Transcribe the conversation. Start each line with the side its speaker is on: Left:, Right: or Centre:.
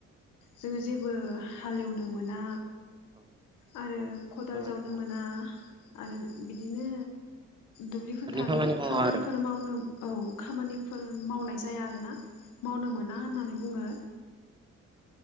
Left: जोङो जेबो हालेवनो मोना
Right: औ
Left: आरो
Right: खामानि
Left: खदाल
Right: खामानि
Left: जावनो
Right: माव
Left: मोना आरो बिदिनो दुब्लि फोथारनि
Right: खामानि मावा
Left: खामानिफोर
Right: आरो
Left: मावनो औ खामानिफोर मावनाय जाया आरोना मावनो मोना होननानै बुङो।